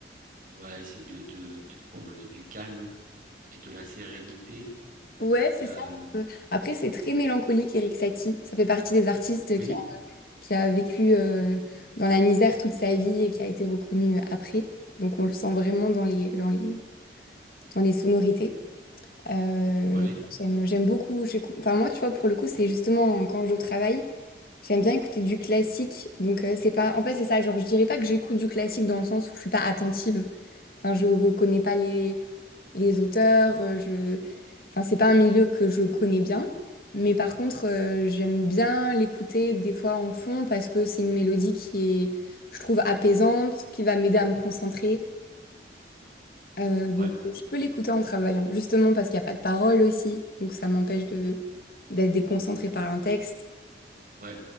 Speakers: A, on the right; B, on the left.
A: Ouais, c'est du- de, de- pour le, du calme et de la sérénité.
B: Ouais, c'est
A: Euh,
B: ça. Euh, après, c'est très mélancolique, Eric Satie. Ça fait partie des artistes
A: oui,
B: qui a, qui a vécu euh, dans la misère toute sa vie et qui a été reconnu euh, après. Donc, on le sent vraiment dans les, dans les, dans les sonorités. Euh, mais
A: ouais,
B: j'aime, j'aime beaucoup. j'écoute- Enfin, moi, tu vois, pour le coup, c'est justement quand je travaille, j'aime bien écouter du classique. Donc, euh, c'est pas... En fait, c'est ça. Genre, je dirais pas que j'écoute du classique dans le sens où je suis pas attentive. Enfin, je connais pas les, les auteurs. euh, je... Enfin, c'est pas un milieu que je connais bien, mais par contre, euh, j'aime bien l'écouter des fois en fond parce que c'est une mélodie qui est, je trouve, apaisante, qui va m'aider à me concentrer. Euh, donc,
A: ouais,
B: je peux l'écouter en travaillant, justement parce qu'il n'y a pas de parole aussi, donc ça m'empêche de d'être déconcentrée par un texte.
A: ouais.